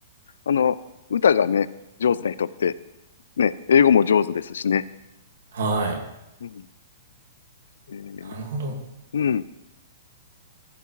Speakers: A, on the left; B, on the right.
A: あの、歌がね、上手な人って、ね、英語も上手ですしね。
B: はい。
A: うん。えー、
B: なるほど。
A: うん。